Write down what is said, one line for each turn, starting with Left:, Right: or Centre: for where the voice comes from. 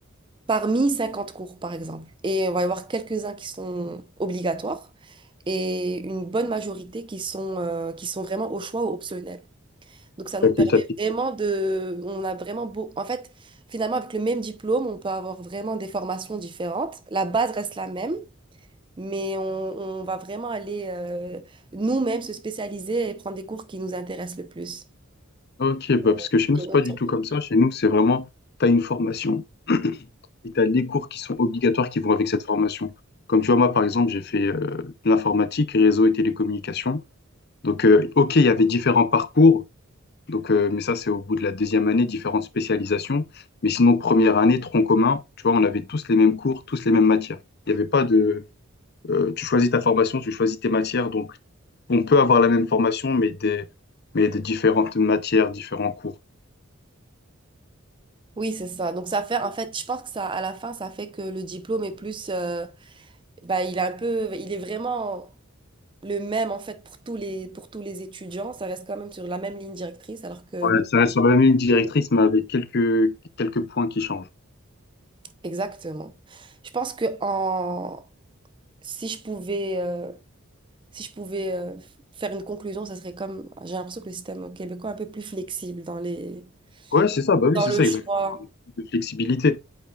Right: parmi 50 cours, par exemple. Et on va y avoir quelques-uns qui sont obligatoires et une bonne majorité qui sont, euh, qui sont vraiment au choix ou optionnels. Donc ça nous
Left: Facultatif,
Right: permet vraiment de... On a vraiment beau... En fait, finalement, avec le même diplôme, on peut avoir vraiment des formations différentes. La base reste la même, mais on, on va vraiment aller euh, nous-mêmes se spécialiser et prendre des cours qui nous intéressent le plus.
Left: Ok, bah,
Right: Ouais.
Left: parce que chez nous,
Right: Et
Left: c'est
Right: une option.
Left: pas du tout comme ça. Chez nous, c'est vraiment, tu as une formation <clears throat> et tu as les cours qui sont obligatoires qui vont avec cette formation. Comme tu vois, moi, par exemple, j'ai fait euh, de l'informatique, réseau et télécommunications. Donc, euh, ok, il y avait différents parcours, donc, euh, mais ça, c'est au bout de la deuxième année, différentes spécialisations. Mais sinon, première année, tronc commun, tu vois, on avait tous les mêmes cours, tous les mêmes matières. Il n'y avait pas de... euh, tu choisis ta formation, tu choisis tes matières. Donc, on peut avoir la même formation, mais des, mais des différentes matières, différents cours.
Right: Oui, c'est ça. Donc ça fait, en fait, je pense que ça, à la fin, ça fait que le diplôme est plus, euh, bah, il est un peu, il est vraiment le même en fait pour tous les, pour tous les étudiants. Ça reste quand même sur la même ligne directrice, alors que
Left: Ouais, ça reste sur la même ligne directrice,
Right: Euh,
Left: mais avec quelques, quelques points qui changent.
Right: exactement. Je pense que en, si je pouvais, euh, si je pouvais euh, f- faire une conclusion, ça serait comme, j'ai l'impression que le système québécois est un peu plus flexible dans les,
Left: Ouais, c'est ça, bah oui,
Right: dans
Left: c'est
Right: le
Left: ça,
Right: choix.
Left: exactement. De flexibilité.